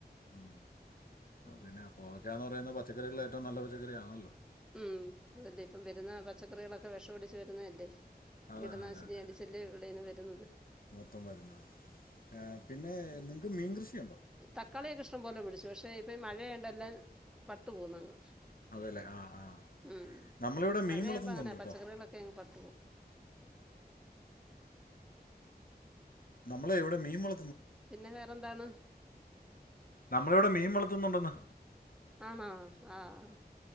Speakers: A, on the left (about 60°); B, in the centre.
A: ഉം ആ,
B: ഉ
A: പിന്നെ കോവയ്ക്ക എന്ന് പറയുന്ന പച്ചക്കറികളില് ഏറ്റവും നല്ല പച്ചക്കറിയണല്ലോ
B: ഉം അതല്ലേ ഇപ്പം വരുന്ന പച്ചക്കറികളൊക്കെ വിഷം ഓടിച്ച് വരുന്നതല്ലേ
A: അതെ
B: കീടനാശിനി
A: അതെ അതെ അതെ
B: അടിച്ചല്ലേ വെളിയിന്ന് വരുന്നത്
A: മൊത്തം വരുന്നത് പിന്നെ
B: ഉ
A: നിങ്ങൾക്ക് മീൻ കൃഷിയുണ്ടോ
B: തക്കാളിയ ഇഷ്ടം പോലെ പിടി പിടിച്ചു പക്ഷേ ഇപ്പം ഈ മഴയാണ്ടോ എല്ലാം പട്ടു പോകുന്നങ്ങ്
A: അതെല്ലേ ആ ആ
B: ഉ
A: നമ്മളിവിടെ
B: മഴയ്യുമ്പോം
A: മീൻ വളർത്തുന്നുണ്ട്
B: അങ്ങനെ
A: കേട്ടോ
B: പച്ചക്കറികളൊക്കെ അങ് പ <inaudible>
A: നമ്മള് എവിടെ മീൻവള
B: പിന്നെ വേറെ എന്താണ്?
A: നമ്മള് ഇവിടെ മീൻ വളർത്തുന്നുണ്ടന്ന്
B: ആണ ആഹ